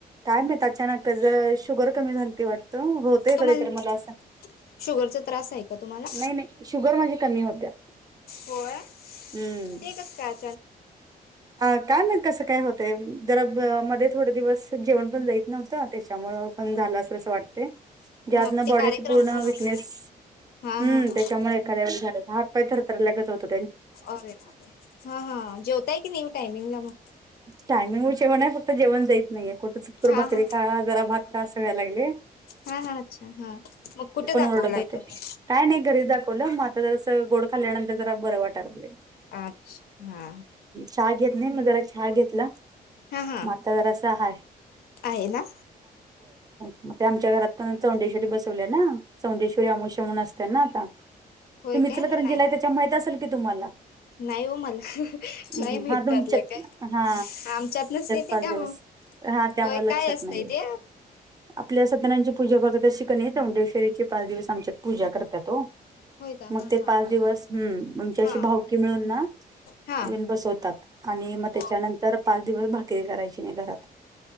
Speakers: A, on the right (about 25°); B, on the left (about 80°).
A: काायम नाही अचानक जर शुगर कमी झाली ते वाट तर होतय
B: तुम्हाला
A: कधी तररी मला असं
B: शुगरचा त्रास आहे का तुम्हाला
A: नाही नाही. शुगर म्हणजे कमी होत्या.
B: होय
A: हम्म
B: ते कस काय?
A: अ काय ना कसं काय होतय जरा मध्ये थोडे दिवस जेवण पण जायत नव्हतं त्याच्यामुळ पण झालं अस असं वाटते. ज्यातन
B: हा ते
A: बॉडीची
B: कार्यक्रम
A: पूर्ण
B: पण
A: विकनेस
B: होत ना हा
A: हम्म
B: हा हा
A: त्याच्यामुळे क हापतरत लगत होतो.
B: अरे बा हा हा जेवताय की न टायमिंगला मग
A: टायमिंग विषेवण आहे फक्त जेवण जाईत नाहीे कुठं चटकर
B: हा
A: भाकरी
B: हा
A: खा जरा भा कड सव्यालागली.
B: हा हा अच्छा हा मग कुठे दाखवलाय
A: ओरडत होते
B: तुम्ही
A: काय नाही घरीच दाखवलं मग आता जर असं गोड खाल्ल्यानंतर जरा बरं वाटयला लागेल.
B: अच्छा हा
A: चहा घेत नाही मी जरा चहा घेतला
B: हा हा
A: मग आता जरा अस हाय.
B: आहे ना
A: ग ते आमच्या घरात पण चौंडेश्वरी बसवले ना चौंडेश्वरी अमष म्हून असत ना आता ते
B: होय
A: मिचलकरण
B: काय नाही
A: जीला आहे
B: मग
A: त्याच्या माहत असेल की तुम्हाला
B: नाही हो मला
A: हम्म,
B: नाही माहिितततलं
A: हा तुमच्यात
B: काय
A: हा
B: आमच्यात नसतेेत
A: पाच
B: का
A: दिवस
B: मग
A: हा त्यामुळे
B: होय
A: लक्षात
B: काय असतय
A: नाहीये
B: ते
A: आपल्या सदनाची पूजा करतो त्या शिक नाही य मुंडे शरीची पाच दिवस आमच्यात पूजा करतात हो.
B: का हा
A: मग ते
B: हा
A: पाच दिवस हम्म आमच्याशी
B: हा
A: भावकी मिळून ना.
B: हा
A: येऊन बसवतात आणि मग
B: हो
A: त्याच्यानंतर पाच दिवस भाकीरी करायची नाही घरात